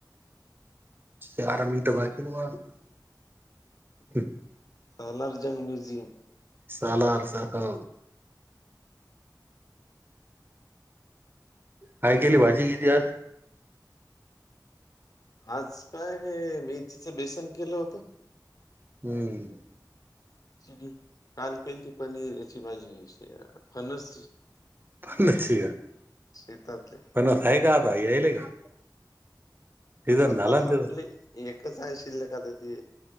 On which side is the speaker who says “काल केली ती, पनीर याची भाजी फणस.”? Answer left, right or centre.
Left